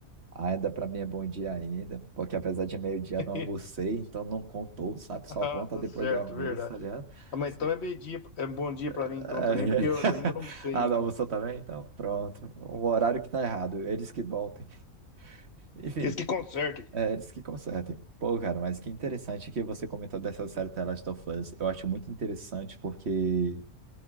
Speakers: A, on the right; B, on the left.
A: ainda para mim é bom dia ainda, porque apesar de meio-dia
B: <laughs>
A: não almocei, então não contou, sabe? Só
B: Ah,
A: conta
B: tá
A: depois
B: certo,
A: do almoço,
B: verdade.
A: tá ligado?
B: Ah, mas
A: Se-
B: então é meio dia, é bom dia pra
A: É. <laughs>
B: mim então também, porque eu ainda não sei
A: Ah,
B: ainda.
A: não almoçou
B: não.
A: também? Então, pronto. O horário que tá errado, eles que voltem. <laughs> Enfim,
B: Esse que conserte.
A: É, eles que consertem. Pô, cara, mas que interessante que você comentou dessa série The Last of Us. Eu acho muito interessante porque